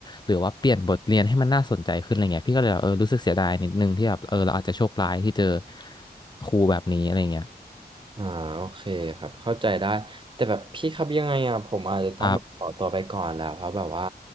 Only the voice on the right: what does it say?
อ่าโอเคครับเข้าใจได้แต่แบบพี่ครับยังไงอ่ะผมอาจจะต้องแบบขอตัวไปก่อนแล้วเพราะแบบว่า